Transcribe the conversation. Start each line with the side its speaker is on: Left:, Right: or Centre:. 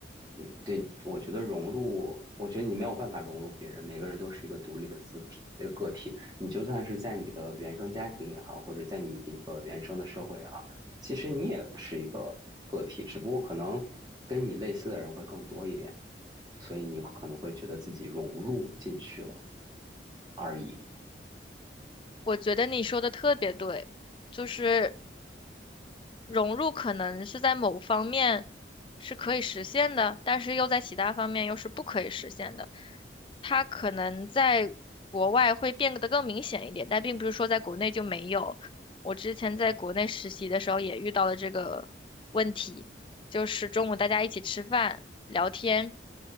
Right: 嗯，对，我觉得融入，我觉得你没有办法融入别人，每个人都是一个独立的字体，呃，个体。你就算是在你的原生家庭也好，或者在你的一个原生的社会也好，其实你也是一个个体，只不过可能跟你类似的人会更多一点，所以你可能会觉得自己融入进去了而已。
Left: 我觉得你说的特别对，就是融入可能是在某方面是可以实现的，但是又在其他方面又是不可以实现的。它可能在国外会变得更明显一点，但并不是说在国内就没有。我之前在国内实习的时候也遇到了这个问题，就是中午大家一起吃饭聊天，